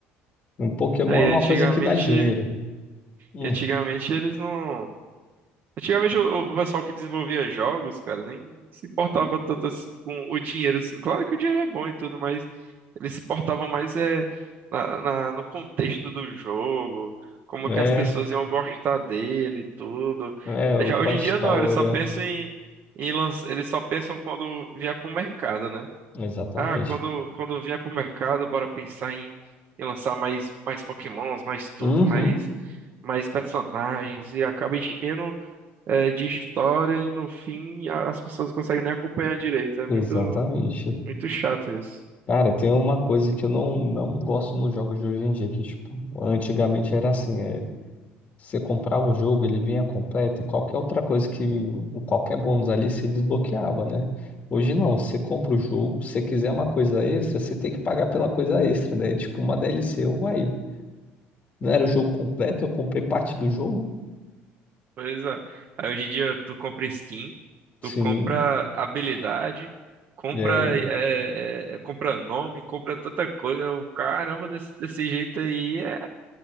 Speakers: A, on the left; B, on the right.
A: um Pokémon
B: Aí,
A: é uma
B: antigamente,
A: coisa que dá dinheiro. Hum,
B: e antigamente eles não. Antigamente o, o pessoal que desenvolvia jogos, cara, nem se importava tanto assim com o dinheiro, assim. Claro que o dinheiro é bom e tudo, mas eles se portavam mais é, na, na- no contexto do jogo, como
A: é,
B: que as pessoas iam gostar dele e tudo.
A: é,
B: Já
A: com
B: hoje
A: a história.
B: em dia não, eles só pensam em, em lança- eles só pensam quando vier pro mercado, né?
A: Exatamente.
B: Ah, quando, quando vier pro mercado, bora pensar em, em lançar mais, mais Pokémons, mais tudo,
A: Uhum,
B: mais, mais personagens, e acaba enchendo é, de história e no fim a- as pessoas não conseguem nem acompanhar direito. É muito,
A: exatamente.
B: muito chato isso.
A: Cara, tem uma coisa que eu não, não gosto nos jogos de hoje em dia, que, tipo, antigamente era assim. é, Você comprava o jogo, ele vinha completo e qualquer outra coisa que, ou qualquer bônus ali você desbloqueava, né? Hoje não, você compra o jogo, se você quiser uma coisa extra, você tem que pagar pela coisa extra, né? É Tipo uma DLC, uai, não era o jogo completo, eu comprei parte do jogo?
B: Pois é. Aí hoje em dia tu compra skin,
A: Sim,
B: tu compra habilidade, compra,
A: é,
B: é, é, compra nome, compra tanta coisa. Eu, caramba, desse, desse jeito aí é,